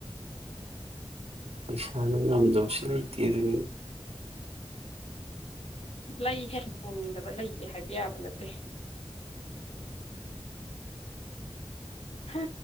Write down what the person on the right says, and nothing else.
ꯄꯩꯁꯥꯅ ꯉꯝꯗꯕꯁꯨ ꯂꯩꯇꯦ ꯑꯗꯨꯅꯤꯅꯦ